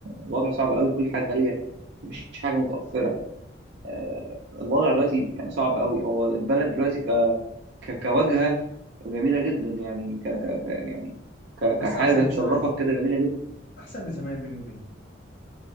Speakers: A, on the right (about 60°); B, on the left (about 50°).
A: الوضع صعب قوي كل حاجه غاليه مفيش حاجه متوفره آه، الوضع دلوقتي يعني صعب قوي هو البلد دلوقتي ك... ك... كواجهه جميله جدا يعني ك... ك... ك... يعني ك... كحاجه
B: بس احسن من
A: تشرفك
B: زمان
A: كده جميله جدا
B: احسن من زمان بيني وبينك